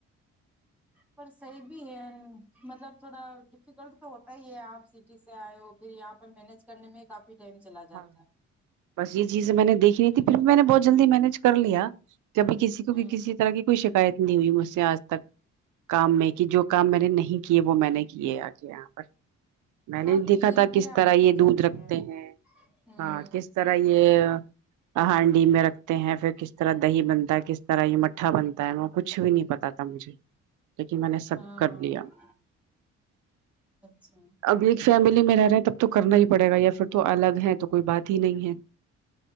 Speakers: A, in the centre; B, on the right (about 80°).
A: پر صحیح بھی ہے مطلب تھوڑا ڈیفیکلٹ تو ہوتا ہی ہے آپ سٹی سے آئے ہو پھر یہاں پہ مینج کرنے میں کافی ٹائم چلا
B: ہاں
A: جاتا ہے
B: بس یہ چیز میں نے دیکھینی تھی پھر بھی میں نے بہت جلدی مینج کر لیا کہبھی کسی کو کسی
A: ہوں
B: طرح کی کوئی شکایت نہیں ہوئی مجھ سے آج تک کام میں کہ جو کام میں نے نہیں کیے وہ میں نے کیے آگے یہاں پر میں نے
A: ہاں پھر
B: دیکھا
A: دھیرے
B: تھا
A: دھیرے
B: کس
A: عادت
B: طرح
A: ہو
B: یہ
A: جاتی
B: دودھ رکھتے
A: ہے
B: ہیں
A: ہوں
B: ہاں کس طرح یہ ہانڈی میں رکھتے ہیں پھر کس طرح دہی بنتا ہے کس طرح یہ مٹھا بنتا ہے وہ کچھ بھی نہیں پتا تھا مجھے کہ میں نے سب
A: ہاں
B: کر لیا
A: اچھا
B: اب ایک فیملی میں رہے ہیں تب تو کرنا ہی پڑے گا یا پھر تو الگ ہے تو کوئی بات ہی نہیں ہے